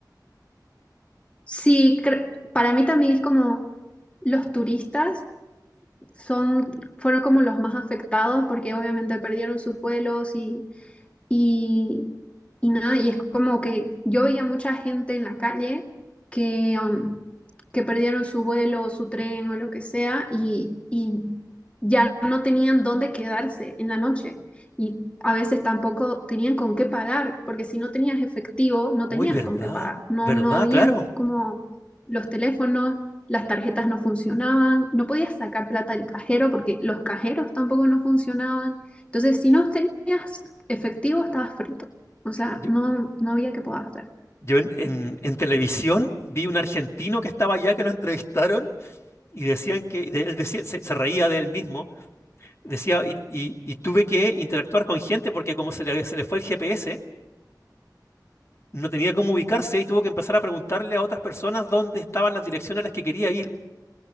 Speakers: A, on the left; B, on the left.
A: Sí, cre- para mí también es como los turistas son, fueron como los más afectados porque obviamente perdieron sus vuelos y Y, y nada, y es como que yo veía mucha gente en la calle que, um, que perdieron su vuelo, su tren o lo que sea, y, y ya no tenían dónde quedarse en la noche. Y a veces tampoco tenían con qué pagar, porque si no tenías efectivo, no
B: Uy,
A: tenías
B: ¿verdad?
A: con qué pagar. No,
B: ¿Verdad?
A: no habían
B: Claro.
A: como los teléfonos, las tarjetas no funcionaban, no podías sacar plata del cajero porque los cajeros tampoco no funcionaban. Entonces, si no tenías efectivo, estabas frito. O sea,
B: Yo,
A: no, no había que puedas hacer.
B: yo en, en- en televisión vi un argentino que estaba allá que lo entrevistaron y decían que de- él decía, se, se reía de él mismo. Decía, y, y- y tuve que interactuar con gente porque como se le, se le fue el GPS, no tenía cómo ubicarse y tuvo que empezar a preguntarle a otras personas dónde estaban las direcciones a las que quería ir.